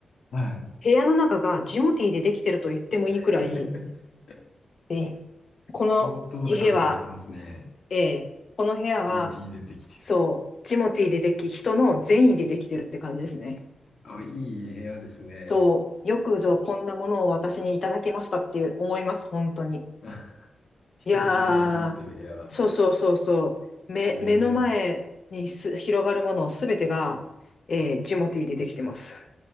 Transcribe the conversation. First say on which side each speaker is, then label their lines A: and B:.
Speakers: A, on the left; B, on the left.
A: はい。
B: 部屋の中がジモティーでできてると言ってもいいくらい、
A: <laughs>
B: ええこの家は、
A: 相当な数もらってますね。
B: ええこの部屋は、
A: ジム T でできてる。
B: そう、ジモティーででき、人の善意でできてるって感じですね。
A: あ、いい部屋ですね。
B: そう、よくぞこんなものを私にいただきましたって思います、本当に。
A: <laughs> 人の善意が詰まってる部屋だ。
B: いやー、そうそうそうそう、目、
A: ええ
B: 目の前にす広がるものすべてが、えージモティーでできてます。